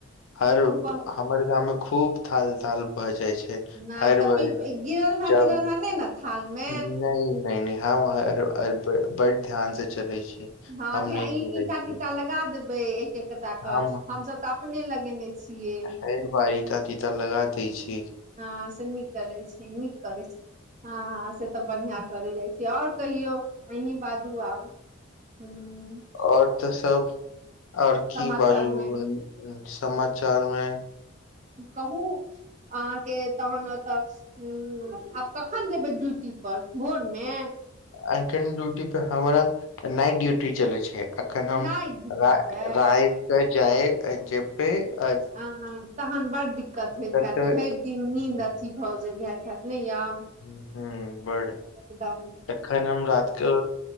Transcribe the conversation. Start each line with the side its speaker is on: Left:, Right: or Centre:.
Left: हर
Right: खूब
Left: हमर गाम मे खूब थाल थाल भऽ जाइ छै
Right: नहि
Left: हर भार
Right: तऽ गिरल हे
Left: जब
Right: तिरल हे नहि ने थाल मे
Left: नय नय ह वह बड ध्यान से चले छी
Right: हँ
Left: हम
Right: अँही
Left: नहि गिरै
Right: ईंटा
Left: छी
Right: तीटा लगा देबै के कटा
Left: हम
Right: क हमसभ तऽ अपने लगेने छियै
Left: देख भाई तीता तीता लगा दैय छै
Right: हँ से नीक करै छै नीक करै छै हँ हँ से तऽ बढ़िया करे जाइ छै ओर कहियौ अँही बाजू आब हु
Left: ओर तऽ सब ओर की
Right: समाचार
Left: बाजू
Right: मे
Left: समाचार मे
Right: कहु अहाँ के तहन ओतऽ ह आब कखन जेबै ड्यूटी पर भोर मे
Left: एखन ड्यूटी पे हमारा नाइट ड्यूटी चलै छै अखन हम
Right: नाइट ड्यूटी
Left: रा
Right: छै
Left: राइत के जाइ जेबै अ
Right: अ ह तहन बड्ड दिक्कत होइत
Left: तत
Right: हेत भरि दिन नीन्द
Left: ह
Right: अथी भज भत ने यात
Left: हुँ बड
Right: दम
Left: एखन हम रात के